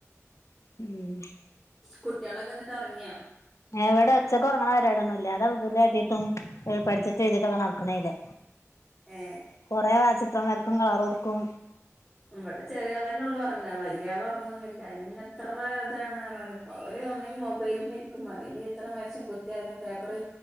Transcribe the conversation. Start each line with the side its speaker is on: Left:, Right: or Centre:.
Left: ഉം
Centre: കുട്ടികളൊക്കെന്നിട്ട് ഒ റങ്ങിയോ
Left: എവടെ ഉച്ചക്കൊർങ്ങണപരിപാടി ഒന്നുല്ല അതാ വികൃതികാട്ടീട്ടും ഏ പഠിച്ചിട്ട് എഴു തീട്ടൊക്കെ നടക്കണേല്ലേ
Centre: ഏ
Left: കൊറേ ചിത്രം വരക്കും കളറൊടുക്കും
Centre: ഉം ഇവടെ ചെറിയ ആളന്നെ ഒള്ളൂ ഒർങ്ങാ വലിയ ആള് ഒർങ്ങൊന്നുല്ല ഇന്ന എത്ര ഇതാണ്ർഞ്ഞാലും അവര് ഒന്നെങ്കി മൊബൈല്മ്മെ ഇരിക്കും അല്ലെങ്കി ചിത്രം വരച്ചും കുത്തിയര്ഞ്ഞും പേപ്പറ്